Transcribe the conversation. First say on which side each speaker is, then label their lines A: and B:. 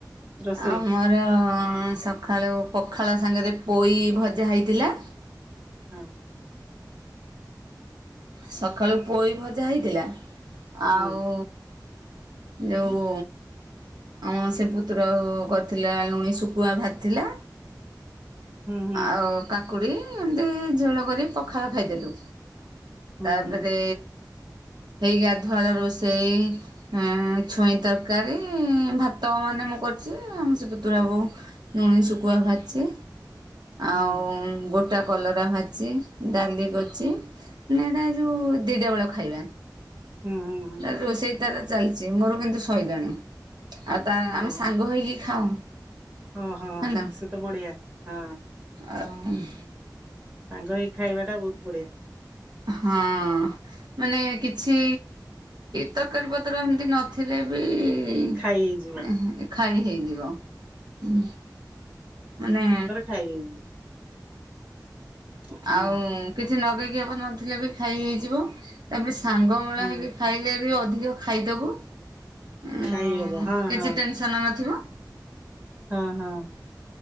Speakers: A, on the right; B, on the right.
A: ରୋଷେଇ?
B: ଆମର ସକାଳୁ ପଖାଳ ସାଙ୍ଗରେ ପୋଇ ଭଜା ହୋଇଥିଲା।
A: ହଁ।
B: ସକାଳୁ ପୋଇ ଭଜା ହେଇଥିଲା। ଆଉ
A: ହୁଁ
B: ଯେଉଁ ଆମ ସେ ପୁତୁରା ବୋହୂ କରିଥିଲା ଲୁଣି ଶୁଖୁଆ ଭାଜିଥିଲା।
A: ହୁଁ ହୁଁ
B: ଆଉ କାକୁଡ଼ି, ଏମିତି ଝୋଳ କରି ପଖାଳ ଖାଇଦେଲୁ।
A: ହୁଁ
B: ତାପରେ
A: ହୁଁ
B: ହେଇ ଗାଧୁଆ ବେଳ ରୋଷେଇ ହଁ ଛୁଇଁ ତରକାରୀ, ଭାତ ମାନେ ମୁଁ କରିଛି। ଆମ ସେ ପତୁରାବୋହୂ ଲୁଣି ଶୁଖୁଆ ଭାଜିଛି,
A: ହଁ
B: ଆଉ ଗୋଟା କଲରା ଭାଜି ଜିଛି। ଡାଲି କରିଛି ନା ଏଟା ଯୋଉ ଦିଟା ବେଳ ଖାଇବା।
A: ହୁଁ, ହୁଁ। ହୁଁ
B: ତାର ରୋଷେଇ ତାର ଚାଲିଛି, ମୋର କିନ୍ତୁ ଶଇଲାଣି। ଆଉ ତା
A: ଓହୋ।
B: ଆମେ ସାଙ୍ଗ ହେଇକି ଖାଉ।
A: ଓହୋ
B: ହେଲା
A: ସେ ତ ବଢିଆ। ହଁ
B: ଆଉ।
A: ସାଙ୍ଗ ହେଇ ଖାଇବା ଟା ବହୁତ ବଢିଆ।
B: ହଁ ମାନେ କିଛି ତରକାରୀ ପତ୍ର ଏମିତି ନଥି ଥିଲେ‌ ବି ଏଁ
A: ଏଇ ଖାଇ ହେଇଯିବ
B: ଖାଇ ହେଇଯିବ। ହୁଁ, ମାନେ
A: ଖାଇବିନି। ହୁଁ
B: ଆଉ କିଛି ନଗେଇକି ହବ ନଥିଲେ ବି ଖାଇ ହେଇଯିବ। ତାପରେ ସାଙ୍ଗ ମେଳା
A: ହଁ।
B: ହେଇକି ଖାଇଲେ ବି ଅଧିକ ଖାଇଦବୁ। ହ
A: ଖାଇହବ ହଁ
B: କିଛି
A: ହଁ
B: ଟେନସନ ନଥିବ।
A: ହଁ ହଁ।